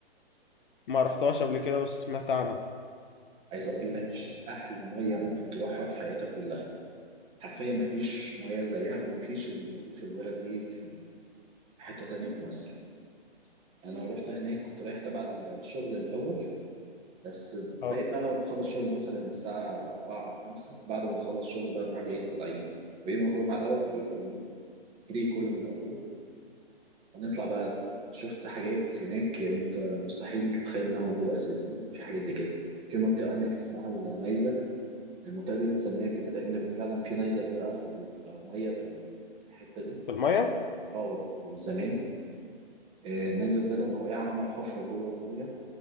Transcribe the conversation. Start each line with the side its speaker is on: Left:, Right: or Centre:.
Left: ما رحتهاش قبل كده بس سمعت عنها
Right: عايز اقول لك احلى ميه ممكن تروحها في حياتك كلها حرفيا مفيش ميه زيها ومفيش اللي موجود في البلد دي في حته تانية في مصر انا رحت هناك كنت رايح تبع الشغل الاول بس
Left: اه
Right: بقيت بقى بخلص شغل مثلا الساعة أربعة أو خمسة بعد ما نخلص شغل بقى نروح جايين طالعين ويوم الجمعة ده بيبقى فري كله من أوله هنطلع بقى شفت حاجات هناك أنت مستحيل تتخيل إنها موجودة أساسا يعني في حاجة زي كده في منطقة هناك اسمها النيزك المنطقة دي متسمية كده لأن فعلا في نيزك وقع في المية في الم- في الحتة دي
Left: في الميه
Right: من اه من زمان آه، النيزك ده لما وقع عمل حفرة جوه المية